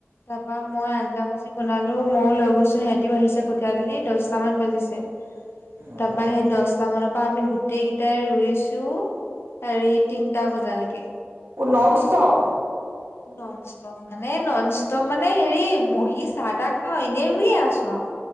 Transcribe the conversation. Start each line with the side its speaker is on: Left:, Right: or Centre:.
Left: তাৰপা মই আঞ্জা ভাজি বনালো ময়ো লৈ গৈছোঁ সিহঁতিও আহিছে কঠীয়া তুলি দছটা মান বাজিছে।
Right: উম
Left: তাৰপা সেই দছটা মানত তাৰপা আমি গোটেই কেইটাই ৰুইছোঁ হেৰি তিনিটা বজালেকে।
Right: অ' নন ষ্টপ।
Left: নন ষ্টপ মানে নন ষ্টপ মানে হেৰি বহি চাহ তাহ খাওঁ এনেই ৰুইয়ে আছোঁ আৰু